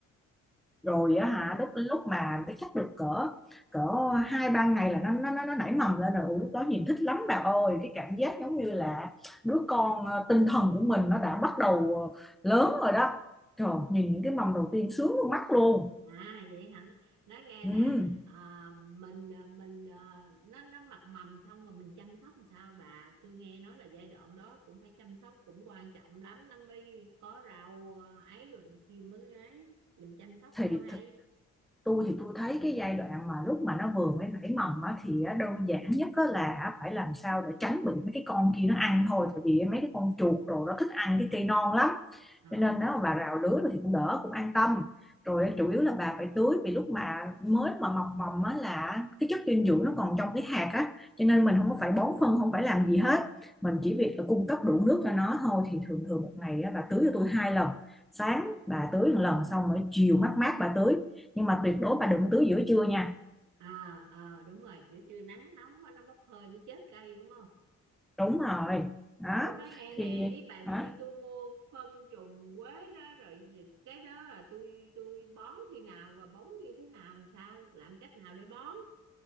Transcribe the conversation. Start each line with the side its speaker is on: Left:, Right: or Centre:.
Centre: rồi
Right: rồi
Centre: á hả lúc lúc mà nó chắc được cỡ cỡ hai ba ngày là nó nó nó, nó nảy mầm lên rồi Ủa, lúc đó nhìn thích lắm bà ơi cái cảm giác giống
Right: À.
Centre: như là đứa con ờ, tinh thần của mình nó đã bắt đầu ờ, lớn rồi đó trời nhìn những cái mầm đầu tiên sướng luôn mắt luôn
Right: À vậy hả? Nói nghe
Centre: ừ.
Right: nè, à, mình à, mình à, nó nó mập mầm xong rồi mình chăm sóc làm sao bà? Tôi nghe nói là giai đoạn đó cũng phải chăm sóc cũng quan trọng lắm nó mới có rau à, ấy rồi này kia mới ấy. Mình chăm sóc
Centre: thì
Right: sao
Centre: th-
Right: đây?
Centre: tôi thì tôi thấy cái giai đoạn mà lúc mà nó vừa mới nảy mầm á, thì á, đơn giản nhất á là phải làm sao để tránh bị mấy cái con kia nó ăn thôi tại vì mấy cái con chuột đồ nó thích ăn cái cây non lắm
Right: Ờ.
Centre: cho nên nếu mà bà rào lứa thì cũng đỡ cũng an tâm rồi chủ yếu là bà phải tưới vì lúc mà mới mà mọc mầm á là cái chất dinh dưỡng nó còn trong cái hạt á cho nên mình không có phải bón phân không phải làm gì hết mình chỉ việc là cung cấp đủ nước cho nó thôi thì thường thường một ngày á, bà tưới cho tôi hai lần sáng bà tưới một lần xong rồi chiều mát mát bà tưới nhưng mà tuyệt
Right: Ừ.
Centre: đối bà đừng tưới giữa trưa nha
Right: À, à đúng rồi, giữa trưa nắng nóng quá, nó bốc hơi nó chết cây đúng không?
Centre: đúng rồi đó
Right: Ủa nói nghe
Centre: thì
Right: nè với bà
Centre: đó
Right: kia tôi mua phân trùng quế đó rồi cái đó là tôi tôi bón khi nào và bón như thế nào làm sao làm cách nào để bón